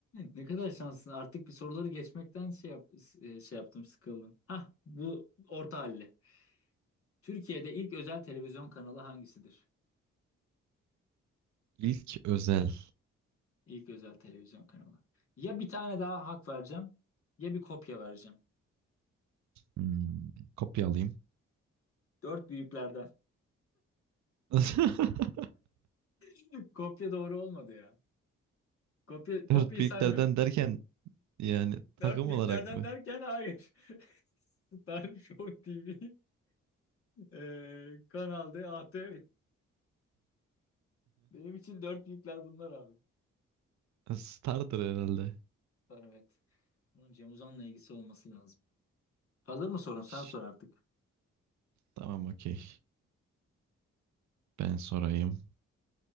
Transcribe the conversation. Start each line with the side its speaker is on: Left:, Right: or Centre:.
Left: Ne kadar şanslısın. Artık bir soruları geçmekten şey, yap- e, şey yaptım, sıkıldım. Hah, bu orta halli. Türkiye'de ilk özel televizyon kanalı hangisidir?
Right: İlk özel
Left: İlk özel televizyon kanalı. Ya bir tane daha hak vereceğim, ya bir kopya vereceğim.
Right: hmm, kopya alayım.
Left: Dört büyüklerden.
Right: <laughs>
Left: <laughs> Kopya doğru olmadı ya. Kopya, kopyayı
Right: Dört büyüklerden
Left: saymıyor.
Right: derken yani takım
Left: Dört büyüklerden
Right: olarak mı?
Left: derken hayır. <laughs> Star Show TV, e, Kanal D, ATV. Benim için dört büyükler bunlar abi.
Right: <laughs> Stardır herhalde.
Left: Var evet. Bunun Cem Uzan'la ilgisi olması lazım. Hazır mı sorun? Sen
Right: Ş-
Left: sor artık.
Right: Tamam okey. Ben sorayım.